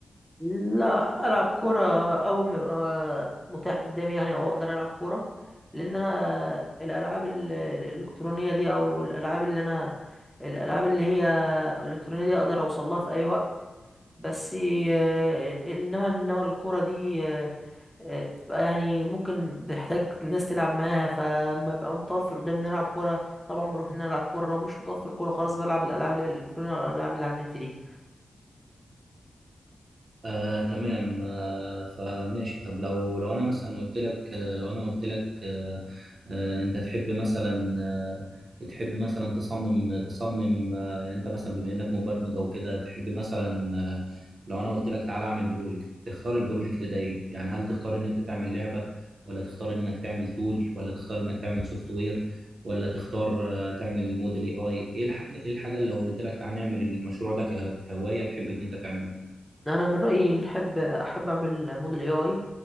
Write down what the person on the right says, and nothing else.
آه، تمام آه، فماشي طب لو لو انا مثلا قلت لك آه، لو انا قلت لك آه، آه، انت تحب مثلا آه، تحب مثلا تصمم تصمم آه، يعني انت مثلا بما انك مبرمج او كده تحب مثلا آه، لو انا قلت لك تعالى اعمل بروجكت تختار البروجكت ده ايه يعني هل تختار ان انت تعمل لعبة ولا تختار انك تعمل تول ولا تختار انك تعمل سوفت وير ولا تختار آه، تعمل موديل اي اي ايه الحاجة ايه الحاجة اللي لو قلت لك تعالى نعمل المشروع ده كه- كهواية تحب ان انت تعمله